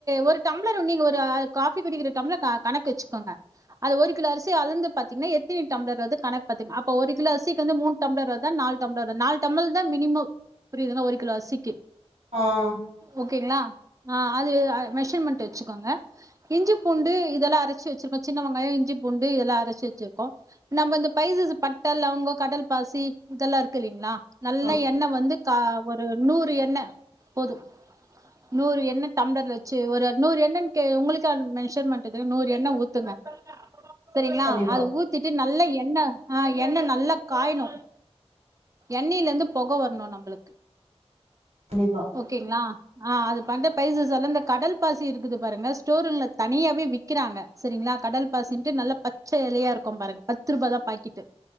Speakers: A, on the right (about 30°); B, on the right (about 85°).
A: ஒரு டம்ளர் நீங்க ஒரு காஃபி குடிக்கிற டம்ளர் கணக்கு வச்சுக்கோங்க அது ஒரு கிலோ அரிசி அளந்து பாத்தீங்கன்னா எத்தனி டம்ளர் வருது கணக்கு பாத்தீங்கனா அப்ப ஒருகிலோ அரிசிக்கு வந்து மூணு டம்ளர் வருதா நாலு டம்ளர் வருதா மினிமம் புரியுதுன்னா ஒரு கிலோ அரிசிக்கு
B: ஆஹ்
A: ஓகேங்களா ஆ அது மெஷர்மெண்ட் வச்சுக்கோங்க இஞ்சி பூண்டு இதெல்லாம் அரைச்சி வச்சிருக்கோம் சின்ன வெங்காயம் இஞ்சி பூண்டு இதெல்லாம் அரைச்சு வச்சிருக்கோம் நம்ம இந்த பைசஸ் பட்டை லவங்கம் கடல் பாசி இதெல்லாம் இருக்கு இல்லைங்களா நல்ல
B: ஆமா
A: எண்ணெய் வந்து ஒரு நூறு எண்ணை போதும் நூறு எண்ண டம்லர்ல வச்சு ஒரு நூறு எண்ணெய்ன்னு உங்களுக்க மெசர்மென்ட் அது நூறு எண்ணெய் ஊத்துங்க சரிங்களா
B: கண்டிப்பா
A: அது ஊத்திட்டு நல்ல எண்ணெய் ஆஹ் எண்ணெய் நல்லா காயணும் எண்ணெயில இருந்து புகை வரணும் நம்மளுக்கு
B: கண்டிப்பா
A: ஓகேங்களா ஆஹ் அது பண் பைசஸ் இந்த கடல் பாசி இருக்குது பாருங்க ஸ்டோர் ரூம்ல தனியாவே விக்கிறாங்க சரிங்களா கடல் பாசின்ட்டு நல்லா பச்சை இலையா இருக்கும் பாருங்க பத்து ரூபாய் தான் பாக்கெட்டு